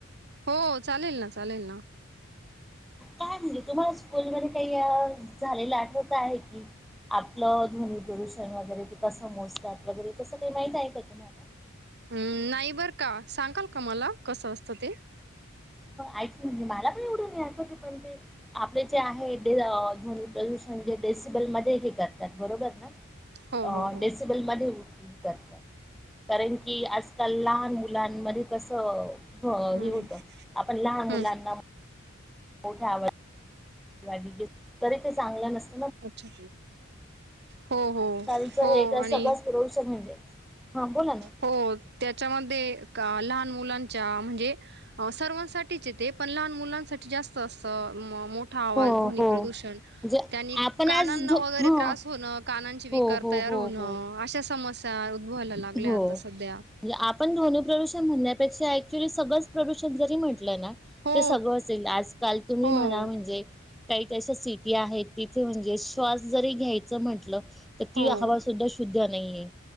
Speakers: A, on the right; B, in the centre.
A: हो चालेल ना चालेल ना
B: काय म्ह तुम्हाला स्कूलमध्येध्ये काही झालेलं आठवत आहे की आपलं ध्वनी प्रदूषण वगैरे तेस समोसात वगैरे तसग काही माहित आहे का तुम्हाला
A: हम् नाही बर का सांगाल का मला कसं असतं ते
B: ऐकजे मला पण एवढं नाही आठकवते पण ते आपले जे आहेन प्रदूषण जे ्रेसिबल मध्ये हे करतात बरोबर ना
A: हो हो हो
B: डसबल म करतात कारण की आजकाल लहान मुलांमध्ये कस हो
A: हम्म
B: हे होतं आपण लहान
A: हम्म
B: मुलांना मोठे आवड तरी ते चांगलं नसत
A: अच्छा हो हो
B: आजकालचं
A: हो
B: हे तर
A: आणि
B: सगळंच प्रदूषण म्हणजे हा बोला ना.
A: हो त्याच्यामध्ये लहान मुलांच्या म्हणजे सर्वांसाठीच येते पण लहान मुलांसाठी जास्त असं मो मोठा आवाज
B: हो
A: ध्वनी
B: हो
A: प्रदूषण
B: म्हणजे
A: त्यांनी
B: आपण
A: कानांना
B: आज झो
A: वगैरे
B: हो
A: त्रास होणं कानांचे विकार
B: हो हो
A: तयार
B: हो
A: होण
B: हो
A: अशा समस्या उद्भवायला लागल्या
B: हो
A: आता सध्या
B: म्हणजे आपण ध्वनि प्रदूष म्हणण्यापेक्षा सज प्रदूषण जरी म्हटलं
A: हो
B: ते सगळ असेल आजकाल तुम्ही
A: हो
B: म्हणा म्हणजे
A: हो
B: काही त्याशा सिटी आहेत तिथे म्हणजे श्वास जरी घ्यायचं म्हटलं तर ती
A: हो
B: हवा सुद्धा शुद्ध नाहीये